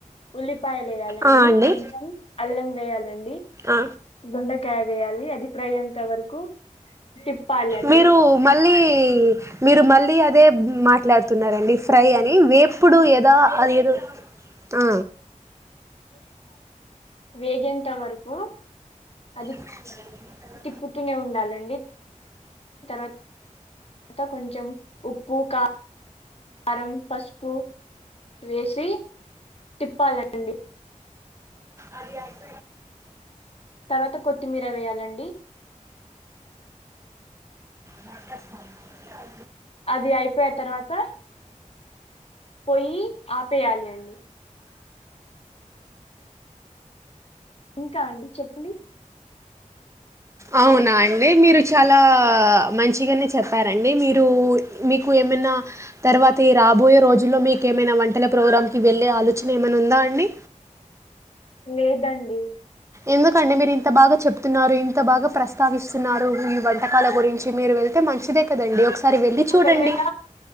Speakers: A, on the left; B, on the right.
A: ఉల్లిపాయలు ఏయాలండి
B: ఆ అండి
A: కొంచెం అల్లం వేయాలండి
B: ఆ
A: దొండకాయవేయాలి అది ఫ్రై అంత వరకు తిప్పాలండి
B: మీరూ మళ్ళీ మీరు మళ్ళీ అదే మాట్లాడుతున్నారండి. ఫ్రై అని వేప్పుడు ఏదా అదేదో? ఆ
A: వేగంత వరకు అది
B: అ <unintelligible>
A: తిప్పుతూనే ఉండాలండి తర్వాత త కొంచెం ఉప్పు క కారం పసుపు వేసి తిప్పాలండి
B: అది అది
A: తర్వాత కొత్తిమీర వేయాలండి
B: నాటస్త అ
A: అది అయిపోయే తర్వాత పోయి ఆపేయాలి అండి ఇంకా అండి చెప్పండి?
B: అవునా అండి మీరు చాలా మంచిగనే చెప్పారండి. మీరూ మీకు ఎప్ ఏమన్నా తర్వాతీ రాబోయే రోజుల్లో మీకేమైనా వంటల ప్రోగ్రాం కి వెళ్ళే ఆలోచనేమనుందా అండి?
A: లేదండి
B: ఎందుకండీ మీరు ఇంత బాగా చెప్తున్నారు. ఇ అంత బాగా ప్రస్తావిస్తున్నారు, ఈ వంటకాల గురించి మీరు వెళ్తే మంచిదే కదండి. ఒకసా వెళ్ళి చూడండి
A: ఒకవేళ